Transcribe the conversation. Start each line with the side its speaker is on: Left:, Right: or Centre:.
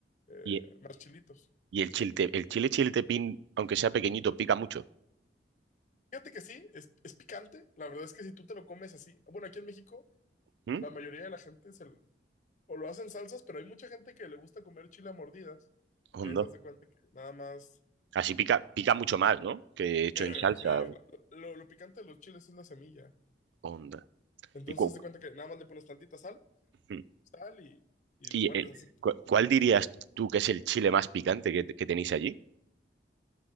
Left: eh,
Right: y-
Left: más chilitos.
Right: y el chilte, el chile chiltepín, aunque sea pequeñito, pica mucho.
Left: Fíjate que sí, es, es picante. La verdad es que si tú te lo comes así, bueno, aquí en México
Right: ¿Mm?
Left: La mayoría de la gente se, l- o lo hacen salsas, pero hay mucha gente que le gusta comer chile a mordidas,
Right: Onda.
Left: que esas de cuenta que nada más,
Right: Así pica, pica mucho más, ¿no? Que hecho
Left: eh,
Right: en salsa.
Left: sí, lo, lo- lo picante de los chiles es la semilla.
Right: Onda.
Left: Entonces
Right: ¿Y cu-
Left: haz de cuenta que nada más le pones tantita sal,
Right: ¿Mm?
Left: sal y, y
Right: ¿Y
Left: lo muerdes
Right: el-
Left: así.
Right: cu- cuál dirías tú que es el chile más picante que, que tenéis allí?